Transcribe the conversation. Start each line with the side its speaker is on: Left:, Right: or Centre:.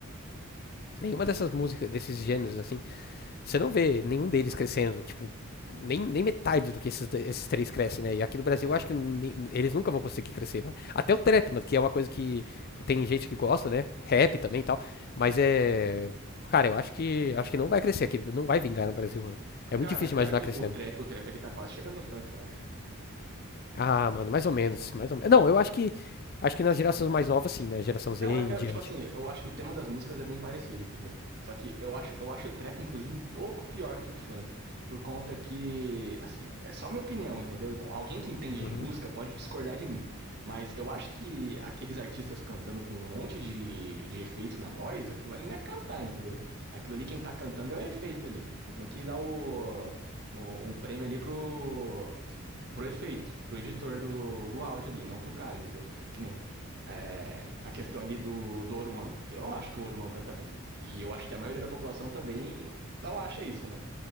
Left: nenhuma dessas músicas, desses gêneros, assim, Você não vê nenhum deles crescendo, tipo, nem, nem metade do que esses, esses três crescem, né? E aqui no Brasil
Right: É.
Left: eu acho que ni- eles nunca vão conseguir crescer, mano. Até o trap, mano, que é uma coisa que tem gente que gosta, né? Rap também e tal. Mas é. Cara, eu acho que acho que não vai crescer aqui, não vai vingar no Brasil, mano. É muito
Right: Cara,
Left: difícil
Right: mas pior
Left: imaginar
Right: que
Left: crescendo.
Right: o trap, o trap ele tá quase chegando no funk, eu acho.
Left: Ah, mano, mais ou menos, mais ou menos. Não, eu acho que acho que nas gerações mais novas sim, né? Geração Z
Right: É, eu, a-
Left: e
Right: eu,
Left: em diante.
Right: tipo assim, eu acho que o tema das músicas é bem parecido, entendeu? Só que eu acho, eu acho o trap, inclusive, um pouco pior que o funk, por conta que, assim, é só minha opinião, entendeu? Então, alguém que entende
Left: Uhum.
Right: de música pode discordar de mim, mas eu acho que aqueles artistas cantando com um monte de, de efeito na voz, aquilo ali não é cantar, entendeu? Aquilo ali quem tá cantando é o efeito ali. Você tem que dar o, o- um prêmio ali pro, pro efeito, pro editor do, do áudio ali, não pro cara, entendeu? Que nem é, a questão ali do, do Oruan. Eu não acho que o Oruan canta bem. E eu acho que a maioria da população também não acha isso, né?